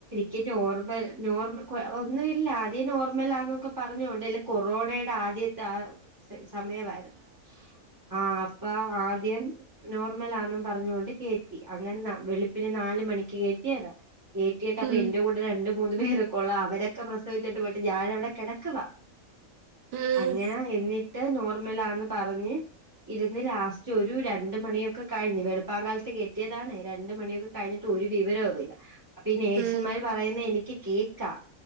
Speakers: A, on the right; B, on the right.
A: ക് നോർമൽ നോർമ കൊ ഒന്നുമല്ല അധിയെ നോർമൽാന്നൊക്കെ പറഞ്ഞോണ്ടല്ല കൊറോണയുടെ ആദ്യത്തെ ആ സമയമായിരുന്നു ആ അപ്പ ആദ്യം നോർമലാണെന്നും പറഞ്ഞൊണ്ട് കേറ്റി അങ്ങനെ വെളുപ്പിന് നാല് മണിക്ക് കയറ്റിയതാ കെട്ടിയപ്പോ
B: ഉം
A: പ്പൊ എന്റെ കൂടെ രണ്ട് മൂന്ന് പേരൊക്കെള്ള അവരൊക്കെ പ്രസവിച്ചട്ട് പോയിട്ട് ഞാന എവിടെ കിടക്കുവ
B: ഉം
A: അങ്ങനെ എന്നിട്ട് നോർമലാന്ന് പറഞ്ഞ് ഇരുന്ന് ലാസ്റ്റ് ഒരു രണ്ട് മണിയൊക്കെ കഴിഞ്ഞു വെളുപ്പം കാലത്ത് കെറ്റിയതാണ് രണ്ട് മണിയൊക്കെ കഴിഞ്ഞിട്ട് ഒരു വിവരവും ഇല്ല അപ്പൊ ഈ നേഴ്സന്മാര്
B: ഉം
A: പറയുന്ന എനിക്ക് കേക്കാ